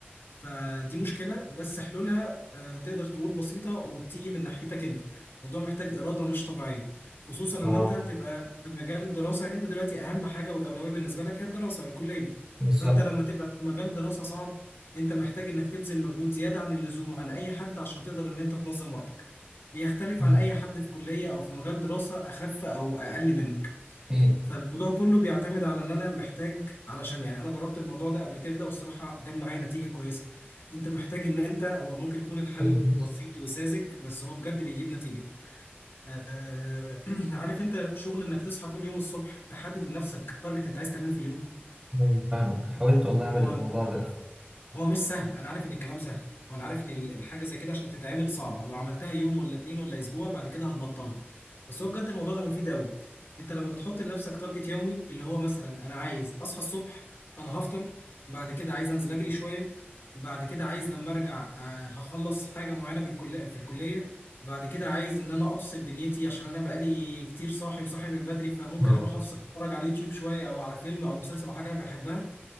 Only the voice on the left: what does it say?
فدي مشكلة بس حلولها آه، تقدر تقول بسيطة وبتيجي من ناحيتك انت الموضوع محتاج إرادة مش طبيعية خصوصا لما
انت تبقى في مجال دراسة يعني انت دلوقتي أهم حاجة والأولوية بالنسبة لك هي الدراسة الكلية
فانت لما تبقى في مجال دراسة صعب انت محتاج انك تبذل مجهود زيادة عن اللزوم عن أي حد عشان تقدر ان انت تنظم وقتك بيختلف
عن أي حد في كلية أو في مجال دراسة أخف أو أقل منك
فالموضوع كله بيعتمد على ان انا محتاج علشان يعني انا جربت الموضوع ده قبل كده والصراحه جاب معايا نتيجه كويسه انت محتاج ان انت هو ممكن يكون الحل
بسيط وساذج بس هو بجد بيجيب نتيجه آه <clears throat> عارف انت شغل انك تصحى كل يوم الصبح تحدد لنفسك تارجت انت عايز تعمله في اليوم
هو
هو مش سهل انا عارف ان الكلام سهل وانا عارف ان ال- الحاجه زي كده عشان تتعمل صعبه ولو عملتها يوم ولا اتنين ولا اسبوع بعد كده هتبطلها بس هو بجد الموضوع ده مفيد قوي انت لما بتحط لنفسك تارجت يومي اللي هو مثلا انا عايز اصحى الصبح انا هفطر بعد كده عايز انزل اجري شويه بعد كده عايز لما ارجع آه، هخلص حاجه معينه بالكليه في الكليه بعد كده عايز ان انا افصل دنيتي عشان انا بقالي كتير صاحي وصاحي من بدري فممكن
اروح افصل اتفرج على اليوتيوب شويه او على فيلم او مسلسل او حاجه انا بحبها